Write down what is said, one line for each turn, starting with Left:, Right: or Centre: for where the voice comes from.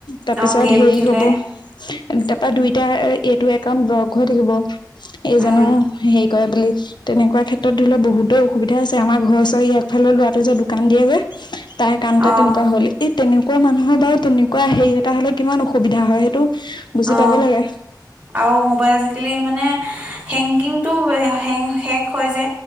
Left: তাৰপিছত
Right: অ' গেম
Left: হেৰি
Right: খেলে
Left: হ'ব তাৰাপা দুই এতিয়া এইটো একাউণ্ট ব্লক হৈ থাকিব এইজনো
Right: উম,
Left: হেৰি কৰে বুলি তেনেকুৱা ক্ষেত্ৰত ধৰি লওক বহুতেো অসুবিধা আছে আমাৰ ঘৰ ওৰ ইয়াৰফালে লৰাটো যে দোকান দিয়ে যে তাই কান
Right: অ',
Left: তা তেনেকুৱা হল এই তেনেকুৱা মানুহৰ বাৰু তেনেকুৱা হেৰি এটা হলে কিমান অসুবিধা হয় সেইটো বুজি
Right: অ
Left: পাব লাগে
Right: আৰু মোবাইল আজিকালি মানে হেংকিংটোে শেক হয় যে